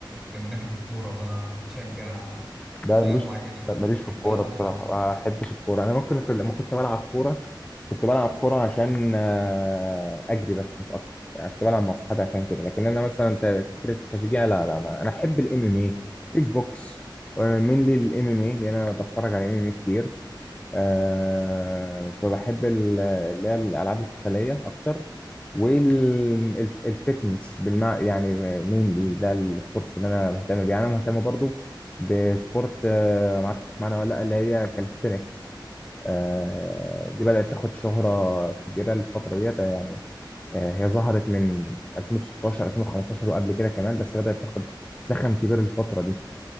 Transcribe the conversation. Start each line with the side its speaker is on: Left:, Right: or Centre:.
Centre: ك- من ناحيه الكوره بقى بتشجع
Left: لا
Centre: فرق
Left: أنا ماليش
Centre: معينه
Left: لا،
Centre: وبتحبها
Left: ماليش في الكورة
Centre: ولا
Left: بصراحة ما بحبش الكورة أنا ممكن كنت- لما كنت بلعب كورة كنت بلعب كورة عشان آه، أجري بس مش أكتر يعني كنت بلعب مع أصحابي عشان كده لكن أنا مثلا ت- فكرة التشجيع لا لا ما. أنا أحب الإم إم إيه كيك بوكس ومين لي الإم إم إيه لأن أنا بتفرج على إم إم إيه كتير آه، فبحب ال- اللي هي الألعاب القتالية أكتر والفتنس بالمع يعني مينلي ده السبورتس اللي أنا مهتم بيه يعني أنا مهتم برضو بسبورت آه، معرفش تسمعنا ولا لأ اللي هي كاليستينكس آه، دي بدأت تاخد شهرة كبيرة الفترة ديت يعني آه، هي ظهرت من 2016 2015 وقبل كده كمان بس بدأت تاخد زخم كبير الفترة دي